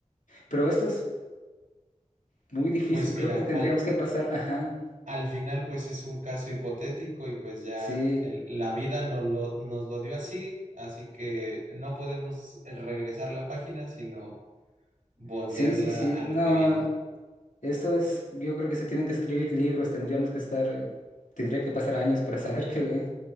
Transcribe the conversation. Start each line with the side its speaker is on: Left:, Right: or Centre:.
Left: Pero esto es muy difícil,
Right: Pues mira,
Left: creo que tendríamos
Right: al,
Left: que pasar, ajá,
Right: al final pues es un caso hipotético y pues ya
Left: sí,
Right: el- la vida nos lo, nos lo dio así, así que no podemos regresar la página, sino voltearla
Left: sí, sí, sí.
Right: a lo
Left: No,
Right: que viene.
Left: Esto es, yo creo que se tienen que escribir libros, tendríamos que estar, eh, tendría que pasar años para <laughs> saber qué,